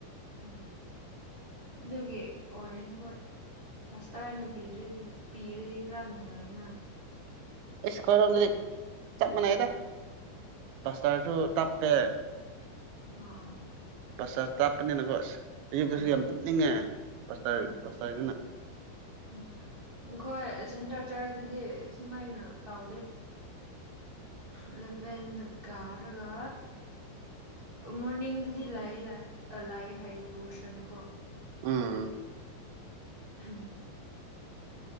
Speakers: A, on the right (about 30°); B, on the right (about 75°).
A: ꯑꯣ ꯗꯨꯒꯤ ꯑꯣꯏꯔꯦ ꯍꯣꯏ ꯄꯁꯇꯥꯔꯅ ꯄꯤꯗꯔꯗꯤ ꯄꯤꯔꯗꯤ ꯈꯔ ꯅꯨꯡꯉꯥꯏꯅ
B: ꯏꯁ ꯈꯣꯏꯔꯝꯗꯗꯤ ꯆꯞ ꯃꯅꯩꯌꯦꯗ ꯄꯥꯁꯇꯔꯁꯨ ꯇꯞꯄꯦ
A: ꯑꯥ
B: ꯄꯁꯇ꯭ꯔ ꯇꯥꯞꯄꯅꯤꯅꯀꯣ ꯑꯁ ꯑꯌꯨꯛꯇꯁꯨ
A: ꯎꯝ
B: ꯌꯥꯝ ꯇꯨꯝꯅꯤꯡꯉꯦ ꯄꯁꯇ꯭ꯔ
A: ꯑꯥ
B: ꯄꯁꯇ꯭ꯔꯗꯨꯅ
A: ꯎꯝ ꯑꯪꯈꯣꯏ ꯑ ꯁꯦꯟꯇꯔ ꯆꯥꯔꯖꯇꯗꯤ ꯁꯨꯃꯥꯏꯅ ꯇꯧꯗꯦ ꯏꯂꯚꯦꯟꯗ ꯀꯥꯔꯒ ꯑ ꯃꯣꯔꯅꯤꯡꯗꯗꯤ ꯂꯥꯏꯌꯦ ꯂꯥꯏ ꯑ ꯂꯥꯏꯌꯦ ꯍꯥꯏꯌꯦ ꯗꯤꯚꯣꯁꯟ ꯀꯣ
B: ꯎꯝ
A: <unintelligible>